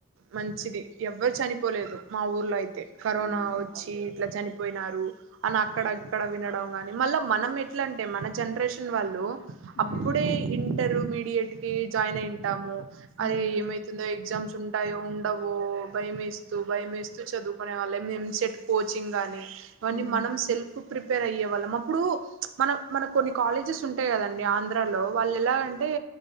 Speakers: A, on the right; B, on the left.
A: మంచిది ఎవ్వరు చనిపోలేదు మా ఊర్లో అయి తె కరోనా
B: మ్మ్
A: వచ్చి ఇట్లా చని పోయినారు అని అక్కడ అక్కడ వినడం గాని మళ్ళా మనం ఎట్లాంటే మన జనరేషన్ వాళ్ళు
B: మ్మ్
A: అప్పుడే ఇంటర్మీడియట్ కి జాయిన్ అయింటాము.
B: మ్మ్
A: అదే ఏమైతుందో ఎగ్జామ్స్ ఉ ఉంటాయో ఉండవో భయం వేస్తు భయం వేస్తు చదువుకునే వాళ్ళం ఎంసెట్ కోచింగ్ గాని ఇవన్ని
B: మ్మ్
A: మనం సెల్ఫ్ ప్రిపేర్ అయ్యే వాళ్ళం అప్పుడు చ్ మన మనకు కొన్ని కాలేజెస్ ఉంటాయి కదండి ఆంధ్రాలో వాళ్ళు ఎలాగంటే